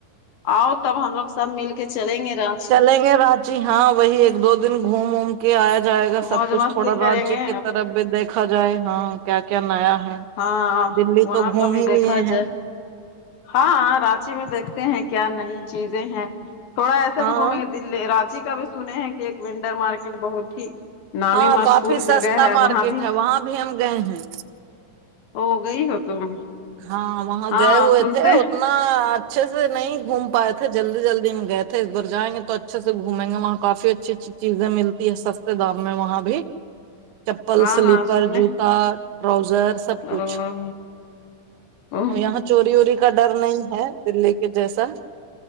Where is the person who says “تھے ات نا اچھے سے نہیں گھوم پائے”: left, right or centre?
Right